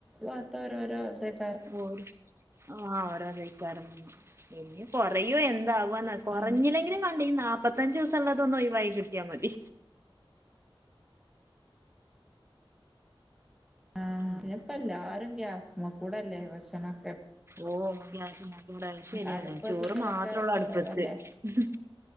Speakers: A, in the centre; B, on the right (about 30°).
A: വാർത്ത ഓരോരോ ഇതാ
B: ഓര് ആ ഓരോരോ <unintelligible> ഇനി കൊറയോ എന്താ വന്നാ കൊറഞ്ഞില്ലെങ്കിലും
A: ആഹ്
B: കണ്ടാ ഈ നാല്പ്പത്തഞ്ച് ദിവസമള്ളതൊന്നു ഒഴി വായി കിട്ടിയാ മതി
A: ആഹ്
B: ഉം
A: ഇനിപ്പ എല്ലാരും ഗ്യാസ്മ കൂടല്ലേ ഭക്ഷണം
B: ഓഹ് ഗ്യസമകൂടെ അത് ശരിയാണ്
A: അടുപ്പ്
B: ചോറ്
A: കത്തിക്കലൊക്കെ
B: മാത്രേ ഉള്ളൂ
A: കൊറവല്ലേ
B: അടുപ്പത്ത് ഉം ഹും